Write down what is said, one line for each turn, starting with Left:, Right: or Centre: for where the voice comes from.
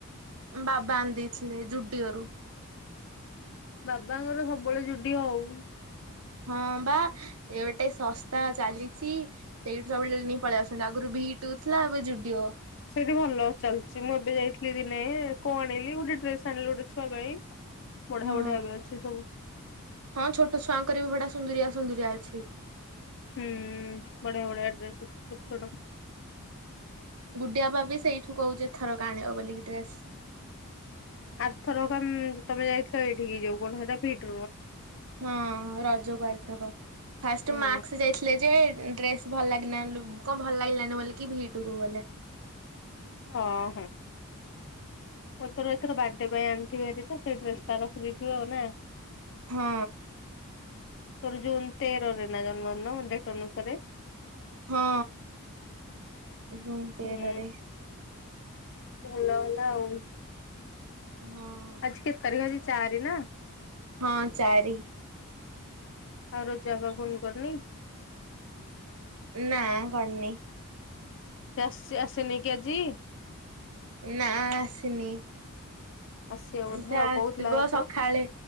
Right: ବାବା ଆଣିଦେଇଥିଲେ ଜୁଡିଓରୁ।
Left: ବାବାଙ୍କର ସବୁବେଳେ ଯୁଡିଓ ଅଉ।
Right: ହଁ ବା ଏ ଗୋଟେ ଶସ୍ତା ଚାଲିଚି ସେଇଠୁ ସବୁବେଳେ ନେଇ ପଳେଇ ଆସୁ ଆଗୁରୁ ଭିଟୁ ଥିଲା ଏବେ ଯୁଡିଓ।
Left: ସେଇଠି ଭଲ ଚାଲିଛି ମୁଁ ଏବେ ଯାଇଥିଲି ଦିନେ କଣ ଆଣିଲି ଗୋଟେ ଡ୍ରେସ୍ ଆଣିଲି ଗୋଟେ ଛୁଆ ପାଇଁ। ବଢିଆ
Right: ହଁ
Left: ବଢିଆ ଏବେ ଅଛି ସବୁ।
Right: ହଁ ଛୋଟ ଛୁଆଙ୍କର ବି ବଢିଆ ସୁନ୍ଦୁରିଆ ସୁନ୍ଦୁରିଆ ଅଛି। ଠିକ୍।
Left: ହୁଁ ବଢିଆ ବଢିଆ ଡ୍ରେସ୍ ଅଛି ଛୋଟ ଛୋଟ।
Right: ଗୁଡିଆ ବା ବି ସେଇଠୁ କହୁଛେ ଏଥରକ ଆଣିବ ବୋଲି ଡ୍ରେସ୍।
Left: ଆରଥର କ ତମେ ଯାଇଥିଲ ଏଇଠିକି ଯୋଉ କଣ ସେଟା ଭି ଟୁ।
Right: ହଁ ରଜ ଗୁ ଆରଥରକ ଫାଷ୍ଟ
Left: ହୁଁ
Right: ମାକ୍ସ ଯାଇଥିଲେ ଯେ ଡ୍ରେସ୍ ଭଲ ଲାଗିନାନ କଣ ଭଲ ଲାଗିଲାନି ବୋଲିକି ଭି ଟୁ କୁ ଗଲେ।
Left: ଓହୋ ମୁଁ ତର ଏଥର ବାର୍ଥଡେ ପାଇଁ ଆଣିଥିବି ହାରି ତ ସେଇ ଡ୍ରେସ୍ ଟା ରଖିଦେଇଥିବେ ଆଉ ନା।
Right: ହଁ।
Left: ତୋର ଜୁନ୍ ତେର ରେ ନା ଜନ୍ମଦିନ ଡେଟ୍ ଅନୁସାରେ।
Right: ହଁ। ଜୁନ୍ ତେରରେ।
Left: ହୁଁ ଭଲ ହେଲା ଆଉ।
Right: ହଁ
Left: ଆଜି କେତେ ତାରିଖ ଆଜି। ଚାରି ନା।
Right: ହଁ ଚାରି।
Left: ଆଉ ରୋଜା ଅପା ଫୋନ୍ କରିନି।
Right: ନାଁ କନି।
Left: ସେ ଆସି ଆସିନି କି ଆଜି।
Right: ନା ଆସିନି।
Left: ଆସିବ ବୋଧେ
Right: ସେ
Left: ଆଉ
Right: ଆସିବ
Left: କହୁଥିଲା ତ
Right: ସକାଳେ